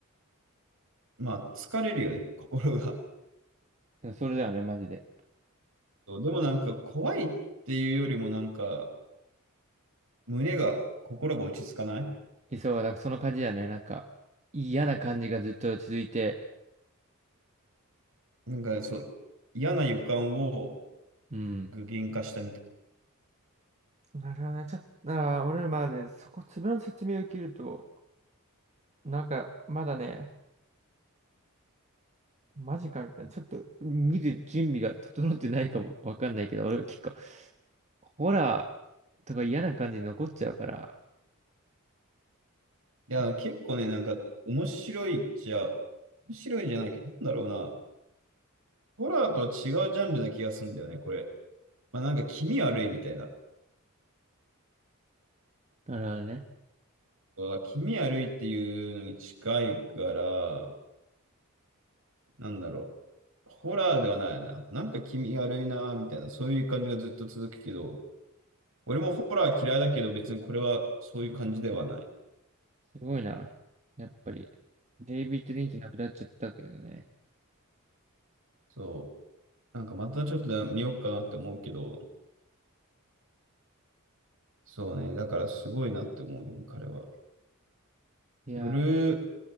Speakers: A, on the right; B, on the right.
A: まあ、疲れるよね、<laughs> 心が。
B: それだよね、マジで。
A: そうでもなんか怖いっていうよりもなんか、胸が、心が落ち着かない
B: えそう、だからその感じだよね。なんか、嫌な感じがずっと続いて、
A: なんかそう、嫌な予感を
B: うん。
A: 具現化したみたい。
B: なるほどね。ちょっと、あー、俺らまあね、そこ、粒の説明を受けると、なんか、まだね、マジかみたいな。ちょっと見る準備が整ってないかもわかんないけど、俺は結構、ホラーとか嫌な感じで残っちゃうから。
A: いや、
B: あ、
A: 結構ね、なんか面白いっちゃ、面白いじゃないけど、なんだろうな。ホラーとは違うジャンルな気がするんだよね、これ。まあなんか気味悪いみたいな。
B: なるほどね。
A: そうだ、気味悪いっていうのに近いから、なんだろう。ホラーではないな。なんか気味悪いな、みたいな、そういう感じがずっと続くけど、俺もホラー嫌いだけど、別にこれはそういう感じではない。
B: すごいな。やっぱり、デイビッド・リンチ亡くなっちゃったけどね。
A: そう。そうなんかまたちょっと見ようかなって思うけど、そうね。だからすごいなって思うよね、彼は。
B: いやー
A: ブルー